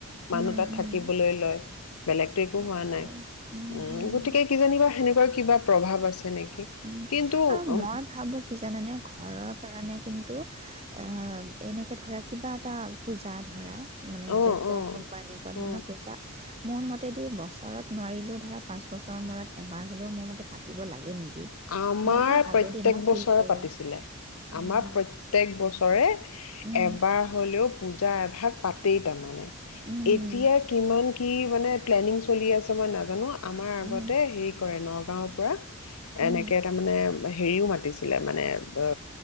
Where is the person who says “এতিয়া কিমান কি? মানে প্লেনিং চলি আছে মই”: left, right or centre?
Left